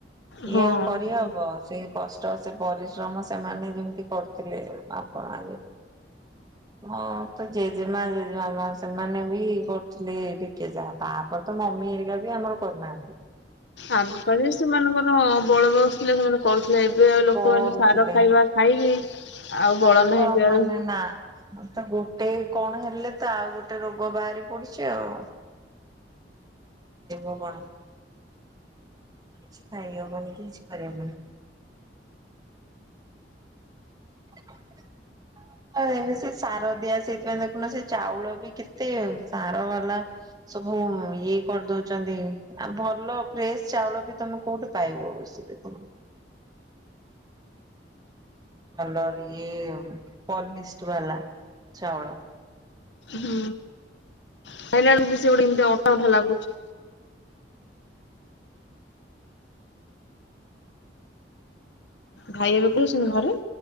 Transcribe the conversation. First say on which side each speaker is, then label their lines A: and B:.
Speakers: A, on the right (about 20°); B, on the left (about 85°).
A: ସିଏ
B: ହଁ।
A: ଆଉ କରି ହବ ସେ କ ଷ୍ଟ ସେ ପରିଶ୍ରମ ସେମାନେ ଯେମିତି କରୁଥିଲେ ଆପଣ ହଁ ତ ଜେଜେମା ଜେଜେମା ମା ସେମାନେ ବି କରୁଥିଲେ ଟିକେ ଯାହା ତାପରେ ତ ମ ମମି ହେରିକା ବି ଆମର କରିନାହାନ୍ତି।
B: ଆଗ କାଳରେ ସେମାନଙ୍କର ବଳବୟସ୍ ଥିଲା ସେମାନେ କରୁ ଏବେ ଆଉ ଲୋକମାନେ
A: କରୁଥିଲେ
B: ସାର ଖାଇବା ଖାଇକି ଆଉ ବଳ
A: ଆ
B: ନାହିଁ
A: ତ
B: ଦେହରେ
A: ମାନେ ନା ଅ ତ ଗୋଟେ କଣ ହେଲେ ତ ଆଉ ଗୋଟେ ରୋଗ ବାହାରି ପଡୁଛି ଆଉ। ହେବ କଣ କିଛି ଖାଇ ହବନି କିଛି କରିହବନି। <inaudible> ଆ ସେ ସାର ଦିଆ ସେଇଥିପାଇଁ ଦେଖୁନ ସେ ଚାଉଳ ବି କେତେ ସାର ବାଲା ସବୁ ଇଏ କରିଦଉଛନ୍ତି ଆଉ ଭଲ ଫ୍ରେଶ ଚାଉଳ ବି ତମେ କୋଉଠୁ ପାଇବ? ଦେଖୁନୁ ମଲର ଇଏ ପନିଷ୍ଟ ବାଲା ଚାଉଳ।
B: ହୁଁ ଖାଇଲା ବେଳକୁ ବି ସେ ଗୋଟେ ଏମତି ଅଠା ଅଠା ଲାଗୁଛି। ଭାଇ ଏବେ ସେ ଘରେ?